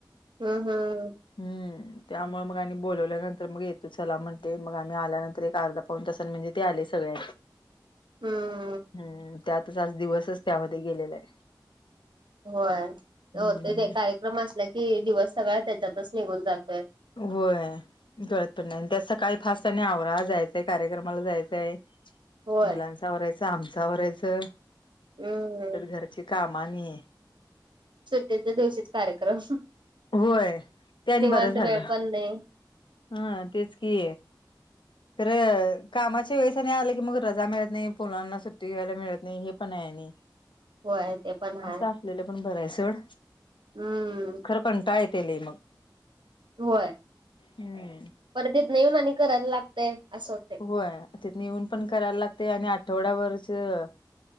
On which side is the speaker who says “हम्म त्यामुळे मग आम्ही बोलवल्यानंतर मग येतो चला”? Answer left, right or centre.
Left